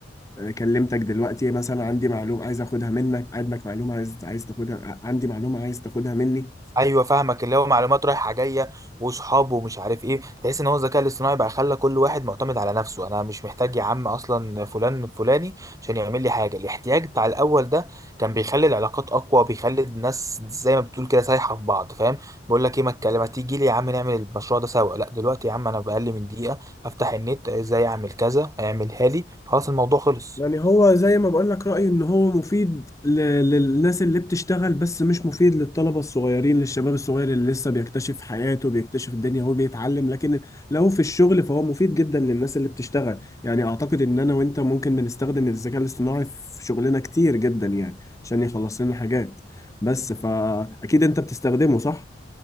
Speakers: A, on the left; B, on the right.
A: آه، كلمتك دلوقتي مثلا عندي معلومة عايز اخدها منك عندك معلومة عايز عايز تاخدها عندي معلومة عايز تاخدها مني
B: ايوه فاهمك اللي هو معلومات رايحه جايه واصحابه ومش عارف ايه تحس ان هو الذكاء الاصطناعي بقى خلى كل واحد معتمد على نفسه انا مش محتاج يا عم اصلا فلان فلاني عشان يعمل لي حاجه الاحتياج بتاع الاول ده كان بيخلي العلاقات اقوى بيخلي الناس زي ما بتقول كده سايحه في بعض فاهم بيقول لك ايه ما الكلام ما تيجي لي يا عم نعمل المشروع ده سوا لا دلوقتي يا عم انا باقل من دقيقه افتح النت ازاي اعمل كذا اعملها لي خلاص الموضوع خلص
A: يعني هو زي ما بقول لك رأيي ان هو مفيد ل- للناس اللي بتشتغل بس مش مفيد للطلبة الصغيرين للشباب الصغير اللي لسه بيكتشف حياته بيكتشف الدنيا هو بيتعلم لكن لو في الشغل فهو مفيد جدا للناس اللي بتشتغل يعني اعتقد ان انا وانت ممكن بنستخدم الذكاء الاصطناعي في شغلنا كتير جدا يعني عشان يخلص لنا حاجات بس فاكيد انت بتستخدمه صح؟